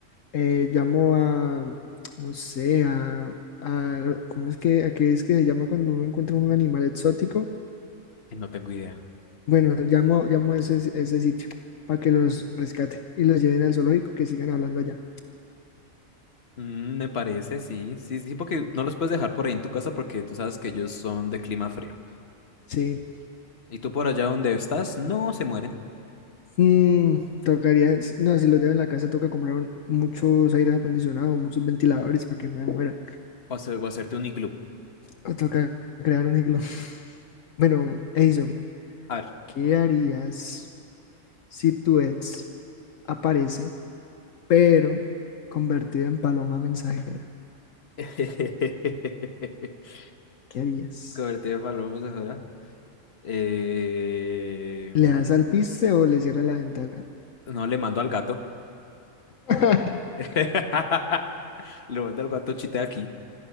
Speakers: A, on the left (about 70°); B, on the left (about 50°).
A: Eh, llamo a, no sé, a, a- ¿cómo es que, a qué es que se llama cuando uno encuentra un animal exótico?
B: Ay, No tengo idea.
A: Bueno, llamo, llamo a ese, ese sitio para que los rescaten y los lleven al zoológico, que sigan hablando allá.
B: Mm, me parece, sí, sí, sí, porque no los puedes dejar por ahí en tu casa porque tú sabes que ellos son de clima frío.
A: Sí.
B: Y tú por allá donde estás, no se mueren.
A: Mm, tocaría, si- no, si los dejo en la casa, toca comprar un- muchos aire acondicionado, muchos ventiladores para que no me muera.
B: O, hacer- o hacerte un iglú.
A: Ah, Toca crear un iglú. <laughs> Bueno, Edison,
B: A ver.
A: ¿qué harías si tu ex aparece, pero convertido en paloma mensajera?
B: <laughs>
A: ¿Qué harías?
B: Cobertura de palomas de fuera. Eh,
A: ¿Le das al piste o le cierras la ventana?
B: No, le mando al gato.
A: <laughs>
B: <laughs> Le mando al gato chita aquí.